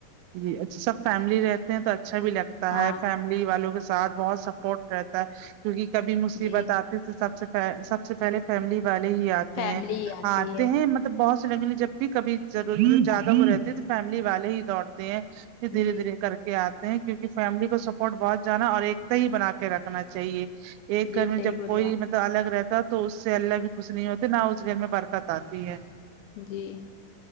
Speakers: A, on the right; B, on the left.
A: جی اچھا سب فیملی رہ تو اچھا بھی لگتا
B: ہاں
A: ہے فیملی والوں کے ساتھ بہت سپورٹ رہتا ہے کیونکہ کبھی مصیبت
B: جی
A: آتی تو سب سے سب سے پہلے فیملی والے ہی آتے
B: فیملی
A: ہیں
B: آتی
A: آتے
B: ہے
A: ہیں مط تو بہت سے لگے جب بھی کبھی ضرورت زیادہ وہ رہتی ہے تو فیملی والے ہی دوڑتے ہیں دھیرے
B: جی
A: دھیرے کر کے آتے ہیں کیونکہ فیملی کو سپورٹ بہت جانا اور ایکتا ہی بنا کے رکھنا چاہیے ایک
B: جی
A: گھر میں
B: صحیح
A: جب
B: بولیے
A: کوئی
B: آپ
A: مط الگ رہتا تو اس سے اللہ بھی خوش نہیں ہوتا نہ اس گھر میں برکت آتی ہے
B: جی